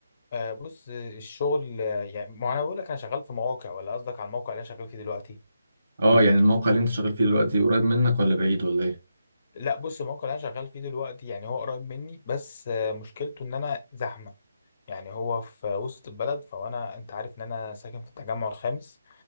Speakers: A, on the left; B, on the right.
A: آه بص آه، الشغل آه، يعني ما انا بقول لك انا شغال في مواقع ولا قصدك على الموقع اللي انا شغال فيه دلوقتي
B: اه يعني الموقع اللي انت شغال فيه دلوقتي قريب منك ولا بعيد ولا ايه
A: لا بص الموقع اللي انا شغال فيه دلوقتي يعني هو قريب مني بس آه مشكلته ان انا زحمه يعني هو في وسط البلد فانا انت عارف ان انا ساكن في التجمع الخامس